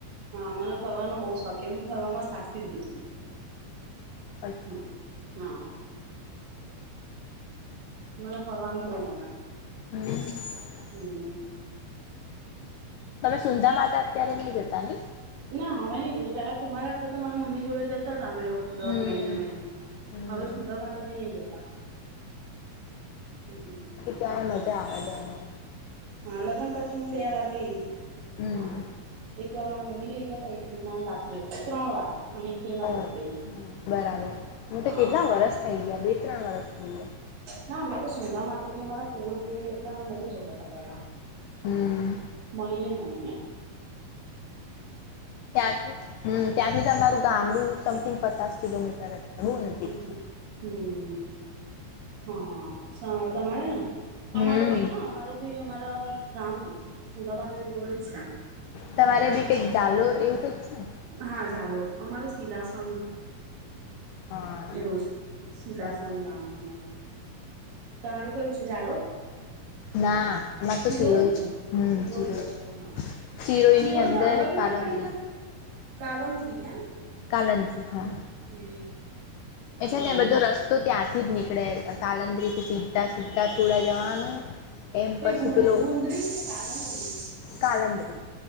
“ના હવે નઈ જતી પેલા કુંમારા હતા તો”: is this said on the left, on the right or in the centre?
Right